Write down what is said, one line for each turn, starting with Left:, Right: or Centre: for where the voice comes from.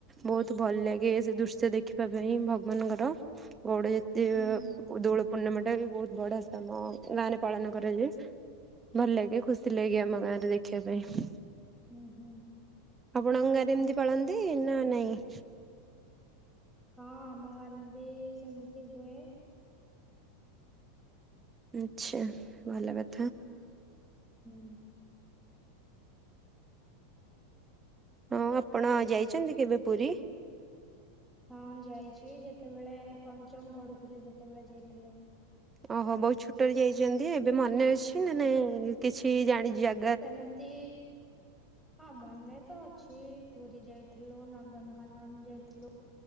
Right: ବହୁତ ଭଲ ଲାଗେ ସେ ଦୃଶ୍ୟ ଦେଖିବା ପାଇଁ ଭଗବାନଙ୍କର ବୋଡେ ଯେ
Centre: ହୁଁ ହୁଁ
Right: ଦୋଳ ପୂର୍ଣ୍ଣମା ଟା ବି ବହୁତ ବଢିଆ ସେ ଆମ ଗାଁ ରେ ପାଳନ କରାଯାଏ ଭଲ ଲାଗେ ଖୁସି ସି ଲାଗେ ଆମ ଗାଁ ରେ ଦେଖିବା ପାଇଁ।
Centre: ଉୁଁ ହୁଁ।
Right: ଆପଣଙ୍କ ଗାଁ ରେ ଏମିତି ପାଳନ୍ତି ନାଁ ନାଇଁ?
Centre: ହଁ ଆମ ଗାଁ ରେ ବି ସେମିତି ହୁଏ।
Right: ଆଛା ଭଲ କ
Centre: ହଁ ହୁଁ।
Right: ଆଉ ଆପଣ ଯାଇଛନ୍ତି କେବେ ପୁରୀ?
Centre: ହଁ ଯାଇଛି ଯେତବେଳେ ପଞ୍ଚମ ପଢୁଥିଲି ସେତବେଳେ ଯାଇଥିଲି।
Right: ଓ ହୋ ବହୁତ ଛୋଟ ହେଇ ଯାଇଛନ୍ତି ଏବେ ମନେ ଅଛି
Centre: ହଁ।
Right: ନା ନାଇଁ କିଛି ଜାଣିଛ?
Centre: ସେମିତି ହଁ ମନେ ତ ଅଛି ପୁରୀ ଯାଇଥିଲୁ ନନ୍ଦନକାନନ ଯାଇଥିଲୁ।